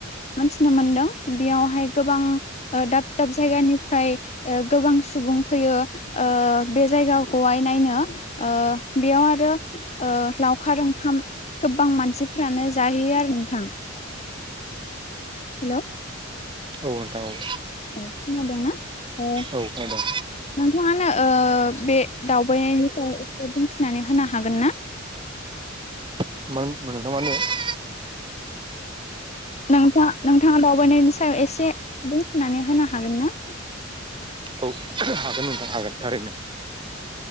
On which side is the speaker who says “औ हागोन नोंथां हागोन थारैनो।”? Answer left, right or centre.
Right